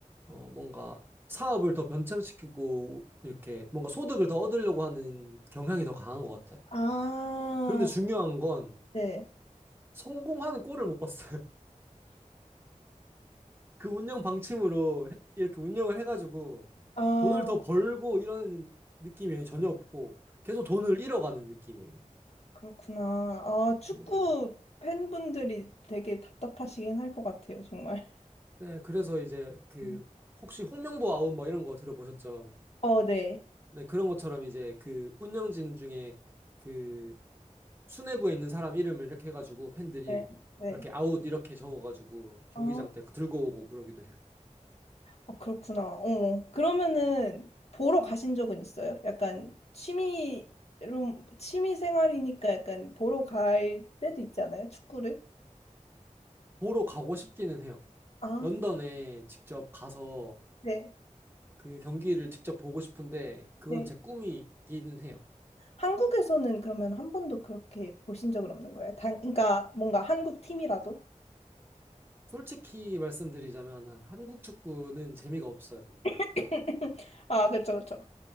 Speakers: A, on the right (about 15°); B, on the left (about 55°).
A: 어, 뭔가 사업을 더 변창시키고 이렇게 뭔가 소득을 더 얻으려고 하는 경향이 더 강한 것 같아요.
B: 아,
A: 그런데 중요한 건
B: 네.
A: 성공하는 꼴을 못 봤어요. <laughs> 그 운영 방침으로 해- 이렇게 운영을 해가지고
B: 아,
A: 돈을 더 벌고 이러는 느낌이 전혀 없고 계속 돈을 잃어가는 느낌이에요.
B: 그렇구나. 아, 축구
A: 네.
B: 팬분들이 되게 답답하시긴 할 것 같아요, 정말.
A: 네, 그래서 이제 그
B: 음.
A: 혹시 홍명보 아웃 뭐 이런 거 들어보셨죠?
B: 어, 네.
A: 네, 그런 것처럼 이제 그 운영진 중에 그 수뇌부에 있는 사람 이름을 이렇게 해가지고 팬들이
B: 네, 네.
A: 이렇게 아웃 이렇게 적어가지고 경기장
B: 아.
A: 때 들고 오고 그러기도 해요.
B: 아, 그렇구나. 어. 그러면은 보러 가신 적은 있어요? 약간 취미로 취미 생활이니까 약간 보러 갈 때도 있잖아요, 축구를.
A: 보러 가고 싶기는 해요.
B: 아,
A: 런던에 직접 가서
B: 네.
A: 그 경기를 직접 보고 싶은데 그건
B: 네.
A: 제 꿈이기는 해요.
B: 한국에서는 그러면 한 번도 그렇게 보신 적은 없는 거예요? 당, 그러니까 뭔가 한국 팀이라도?
A: 솔직히 말씀드리자면 한국 축구는 재미가 없어요.
B: <laughs> 아, 그렇죠, 그렇죠.